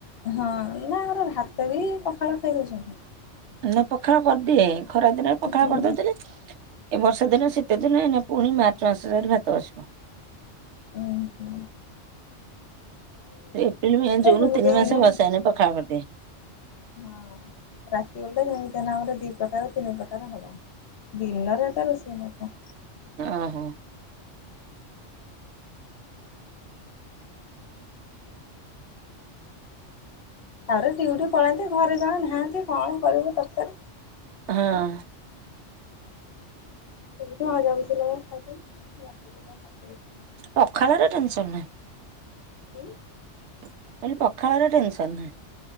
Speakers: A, on the left; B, on the right.
A: ହଁ ନା ଆମର ଭାତ ବି ପଖାଳ ଖାଇ ଦଉଚନ୍ତି।
B: ନା ପଖାଳ କରିଦିଏ ଖରା ଦିନରେ ପଖାଳ
A: ହୁଁ।
B: କରିଦଉଥିଲି। ଏ ବର୍ଷା ଦିନ ଶୀତ ଦିନ ଏଇନା ପୁଣି ମାର୍ଚ୍ଚ ମାସରେ ଭାତ ବସିବ।
A: ଓ ହ।
B: ଏପ୍ରିଲ ମେ ଜୁନ
A: ଯେମିତି
B: ତିନି
A: ହେଲେ
B: ମାସେ ବସାଇନା ପଖାଳ କରିଦିଏ।
A: ହଁ ରାତି ଓଲଟା ଯେମିତି ନାଁରେ ଦି ପ୍ରକାର ତିନି ପ୍ରକାର ହବ। ଦିନରେତ ରୋଷେଇ ହେଇନଥିଲା।
B: ଓହୋ।
A: ତାପରେ ଦିଉଟିି ପଳାନ୍ତି ଘରେ ଜଣେ ନାହାନ୍ତି କଣ କରିବୁ ତରକାରୀ?
B: ହଁ।
A: ସେ ମନ ବୁଝିଲା ଭଳିଆ ଖାଇଦିଏ ରାତିରେ ଯାହା ହବ।
B: ପଖାଳର ଟେନସନ ନାହିଁ।
A: ହୁଁ।
B: କାଲି ପଖାଳର ଟେନସନ ନାହିଁ।